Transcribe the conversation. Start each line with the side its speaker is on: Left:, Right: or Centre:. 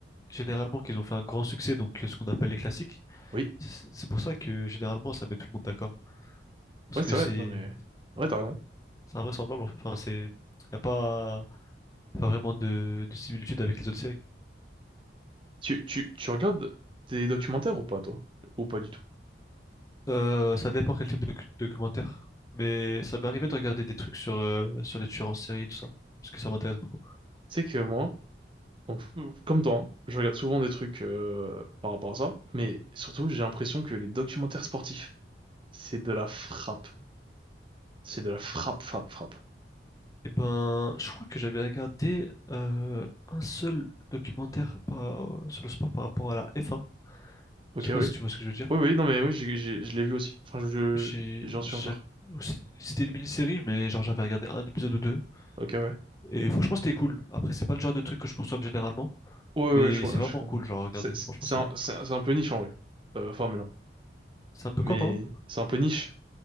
Left: généralement, qu'ils ont fait un grand succès, donc euh, ce qu'on appelle les classiques,
Right: Oui.
Left: c'est c'est pour ça que généralement ça met tout le monde d'accord. Parce
Right: Ouais, c'est
Left: que c'est
Right: vrai. Non, mais... Ouais, t'as raison.
Left: c'est invraisemblable, en fait. Enfin, c'est, y a pas, y a pas vraiment de, de similitude avec les autres séries.
Right: Tu, tu, tu regardes des documentaires ou pas, toi? Ou pas du tout?
Left: Euh, ça dépend quel type de cu- documentaire, mais ça m'est arrivé de regarder des trucs sur, euh, sur les tueurs en série et tout ça, parce que ça m'intéresse beaucoup.
Right: C'est que moi, donc, comme toi, hein, je regarde souvent des trucs euh, par rapport à ça, mais surtout, j'ai l'impression que les documentaires sportifs, c'est de la frappe. C'est de la frappe, frappe, frappe.
Left: Eh ben, je crois que j'avais regardé euh, un seul documentaire par- euh, sur le sport par rapport à la f un
Right: Ok,
Left: Je sais
Right: oui.
Left: pas si tu vois ce que je veux dire.
Right: Oui, oui, non, mais oui, j'ai, j'ai- je l'ai vu aussi. Enfin, je, je-
Left: J'ai,
Right: j'en suis
Left: j'a-
Right: encore.
Left: c'est- c'était une mini-série, mais genre j'avais regardé un épisode ou deux.
Right: Ok, ouais. Ouais,
Left: Et franchement, c'était cool. Après, c'est pas le genre de truc que je consomme généralement,
Right: ouais, ouais,
Left: mais
Right: je, ouais,
Left: c'est vraiment
Right: je comprends.
Left: cool, genre à regarder.
Right: C'est c'est-
Left: Franchement,
Right: c'est
Left: c'est,
Right: un, c'est un, c'est un peu niche, en vrai, euh, Formule 1.
Left: c'est un peu
Right: Mais
Left: quoi, pardon?
Right: c'est un peu niche.